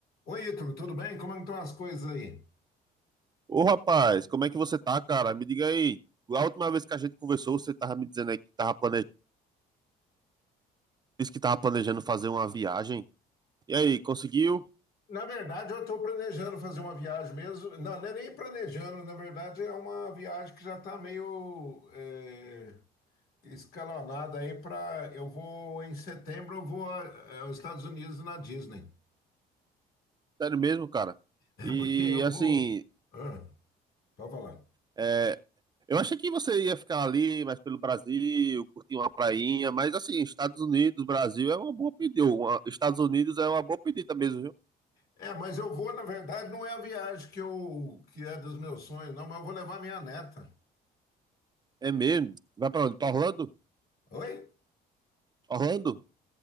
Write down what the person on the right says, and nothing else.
Ô rapaz, como é que você tá, cara? Me diga aí. A última vez que a gente conversou, você tava me dizendo aí que tava planejando, disse que tava planejando fazer uma viagem. E aí, conseguiu?
Sério mesmo, cara?
E
assim,
é, eu achei que você ia ficar ali, mas pelo Brasil, curtir uma prainha, mas assim, Estados Unidos, Brasil é uma boa pedida. Uma- Estados Unidos é uma boa pedida mesmo, viu?
É mesmo. Vai pra onde? Pra Orlando?
Orlando?